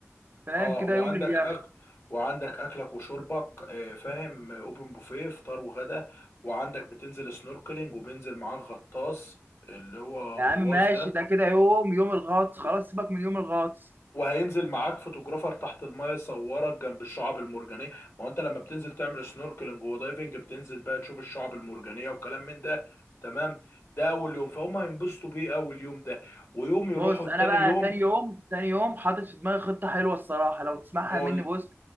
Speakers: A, on the right; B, on the left.
A: فاهم
B: اه
A: كده
B: وعندك
A: يوم لليخت
B: اكل وعندك اكلك وشربك آه، فاهم اوبن بوفيه فطار وغدا وعندك بتنزل سنوركلينج وبينزل معاك غطاس اللي هو
A: يا
B: غواص
A: عم ماشي
B: ده
A: ده كده يوم يوم الغطس
B: و-
A: خلاص سيبك من يوم الغطس
B: وهينزل معاك فوتوغرافر تحت المايه يصورك جنب الشعاب المرجانيه ما هو انت لما بتنزل تعمل سنوركلينج ودايفنج بتنزل بقى تشوف الشعاب المرجانيه وكلام من ده تمام ده اول يوم فهم هينبسطوا بيه اول يوم ده ويوم يروحوا
A: بص
B: التاني
A: انا بقى
B: يوم
A: تاني يوم تاني يوم حاطط في دماغي خطه حلوه الصراحه لو تسمعها
B: قول
A: مني بص